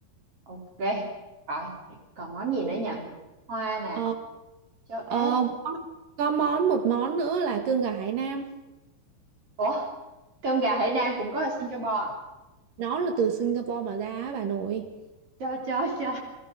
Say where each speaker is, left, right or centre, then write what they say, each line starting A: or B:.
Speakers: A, on the right; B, on the right.
A: Ok. Rồi, còn món gì nữa nhỉ? Hoa nè,
B: ờ,
A: cháo
B: ờ,
A: ếch.
B: có, có món một món nữa là cơm gà Hải Nam
A: Ủa, cơm gà Hải Nam cũng có ở Singapore à?
B: nó là từ Singapore mà ra á bà nội
A: Cho cho cho.